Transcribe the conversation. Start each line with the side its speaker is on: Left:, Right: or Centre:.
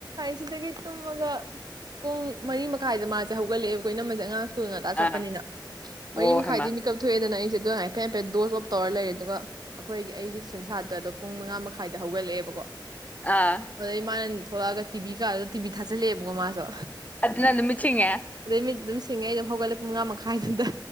Right: ꯁꯤꯗꯒꯤ ꯇꯨꯝꯃꯒ ꯄꯨꯡ ꯃꯔꯤ ꯃꯈꯥꯏꯗ ꯃꯥ ꯁ ꯍꯧꯒꯠꯂꯛꯑꯦ ꯑꯩꯈꯣꯏ ꯃꯁ ꯑꯉꯥꯡ ꯊꯨ ꯉꯇꯥ ꯆꯠꯄꯅꯤꯅ
Left: ꯑꯥ
Right: ꯃꯔꯤ
Left: ꯑꯣ
Right: ꯃꯈꯥꯏꯗꯤ
Left: ꯍꯩꯃ
Right: ꯃꯤꯀꯞ ꯊꯣꯛꯑꯦꯗꯅ ꯑꯩꯁꯤꯗ ꯑꯗꯨ ꯍꯥꯏꯐꯦꯠ ꯍꯥꯏꯐꯦꯠ ꯗꯣꯁ ꯑꯣꯞ ꯇꯧꯔ ꯂꯩꯔꯦ ꯑꯗꯨꯒ ꯑꯩꯈꯣꯏꯒꯤ ꯑꯩꯒꯤ ꯁꯦꯟꯁꯥꯇ꯭ꯔ ꯑꯗꯣ ꯄꯨꯡ ꯃꯉꯥ ꯃꯈꯥꯏꯗ ꯍꯧꯒꯠꯂꯛꯑꯦꯕꯀꯣ
Left: ꯑꯥ
Right: ꯑꯗ ꯏꯃꯅ ꯊꯣꯛꯂꯛꯑꯒ ꯇꯤꯕꯤ ꯀꯥꯗꯨꯗ ꯇꯤꯕꯤꯤ ꯊꯥꯜꯂꯛꯑꯦꯕꯀ ꯃꯥꯁꯨ
Left: ꯑꯗꯨ ꯅ ꯅꯨꯃꯤꯁꯤꯉ
Right: ꯑꯗꯩ ꯃꯤꯠ ꯑꯗꯨꯝ ꯁꯤꯡꯉꯦ ꯑꯩ ꯑꯗꯨꯝ ꯍꯧꯒꯠꯂꯦ ꯄꯨꯡ ꯃꯉꯥ ꯃꯈꯥꯏꯗꯨꯝꯗ